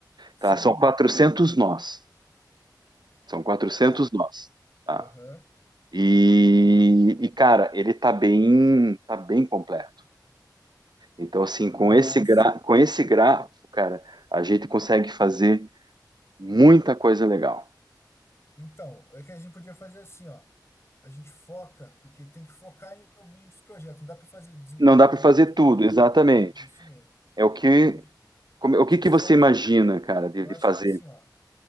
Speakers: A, on the left; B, on the right.
A: Sim,
B: tá? São quatrocentos nós, são 400
A: tá.
B: nós, tá?
A: Aham.
B: E, e, cara, ele tá bem, tá bem completo. Então, assim, com
A: Massa.
B: esse gra, com esse grafo, cara, a gente consegue fazer muita coisa legal.
A: Então, é que a gente podia fazer assim, ó. A gente foca, porque tem que focar em alguns projetos. Não dá para fazer desenvolver
B: Não dá
A: bem
B: para fazer
A: todos
B: tudo,
A: ao mesmo
B: exatamente.
A: tempo. né? Isso mesmo.
B: É o que,
A: A gente,
B: como-
A: a
B: o
A: gente
B: que que
A: foca.
B: você imagina, cara, de,
A: Eu
B: de
A: acho
B: fazer,
A: que é assim, ó.